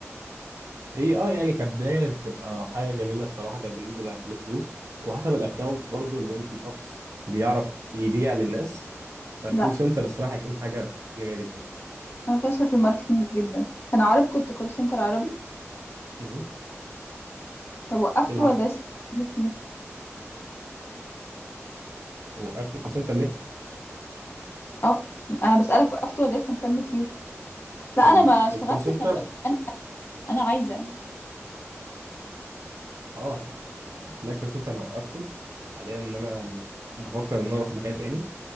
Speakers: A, on the right; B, on the left.
A: هي اه يعني كبدايه بتبقى حاجه جميله الصراحه كانت بالنسبه ل- لفلوس وحسب الاكونت برضه لو انت شخص بيعرف يبيع للناس فالكول
B: لا
A: سنتر الصراحه هيكون حاجه جميله جدا
B: انا فاشلة في الماركتينج جدا كان عربي كنت كول سنتر عربي
A: مهم.
B: طب وقفت
A: ايه اللي
B: ولا
A: حصل؟
B: لسه مكمل فيه
A: وقفت الكول سنتر ليه؟
B: اه انا بسألك وقفت ولا لسه مكمل فيه لا
A: ال...
B: انا ما اشتغلتش
A: الكول سنتر
B: انا بقولك انا انا عايزة
A: اه لا الكول سنتر انا وقفته حاليا ان انا بفكر ان انا اروح مكان تاني